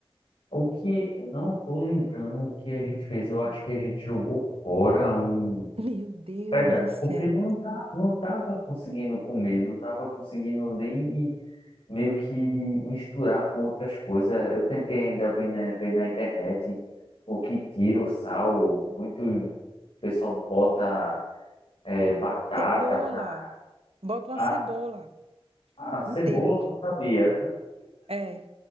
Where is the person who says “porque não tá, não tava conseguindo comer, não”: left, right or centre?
Left